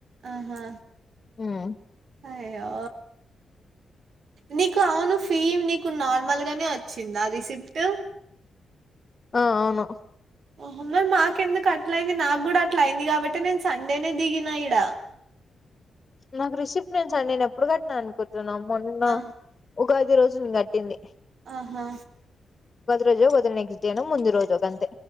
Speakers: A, on the right; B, on the left.
A: ఆహా
B: హ్మ్
A: అయ్యో నీకు అవును ఫీ నీకు నార్మల్ గానే వచ్చిందా రిసిప్ట్
B: ఆ అవును
A: హ మరి మాకెందుకు అట్లా అయింది నాకు కూడా అట్లా అయింది కాబట్టి నేను సండేనే దిగిన ఇడ
B: నాకు రిసిప్ట్ నేనుంచ నేను ఎప్పుడు కట్టినాను అనుకుంటున్నా మొన్న
A: ఆ
B: ఉగాది రోజు కట్టింది
A: ఆహా
B: రోజ వద నెక్స్ట్ డను ను ముందు రజ అంత